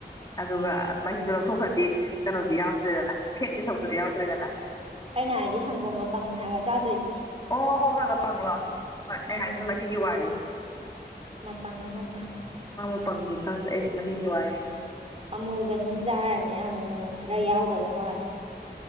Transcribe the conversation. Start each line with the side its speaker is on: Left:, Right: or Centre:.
Left: ꯑꯗꯨꯒ ꯃꯍꯤꯗꯣ ꯂꯧꯊꯣꯛꯈ꯭ꯔꯗꯤ ꯀꯩꯅꯣꯗꯤ ꯌꯥꯎꯗ꯭ꯔꯦꯗꯅ ꯐꯦꯠꯀꯤ ꯁꯔꯨꯛꯇꯨꯗꯤ ꯌꯥꯎꯗ꯭ꯔꯦꯗꯅ
Right: ꯑꯩꯅ ꯍꯥꯏꯗꯤ ꯁꯪꯒꯣꯝ ꯃꯄꯪꯅꯤ ꯍꯥꯏꯕ ꯆꯥꯗꯣꯏꯁꯦ
Left: ꯑꯣ ꯍꯣ ꯍꯣꯏ ꯍꯂ ꯄꯪꯂꯥ ꯍꯣꯏ ꯑꯩ
Right: ꯎꯝ
Left: ꯍꯥꯏꯗꯅꯒꯤ
Right: ꯎꯝ
Left: ꯋꯥꯔꯤꯦ
Right: ꯃꯄꯪꯅꯦ ꯃꯄꯪ
Left: ꯃꯃ ꯐꯪꯗꯦ ꯈꯪꯗ ꯑꯩꯗꯤ ꯃꯍꯒꯤꯋꯥꯏ
Right: ꯑꯃꯨꯜꯒ ꯑꯗꯨꯝ ꯆꯥꯔꯅꯤ ꯑꯃꯨꯜꯅ ꯈꯔ ꯌꯥꯎꯗꯕ ꯃꯥꯜꯂꯦ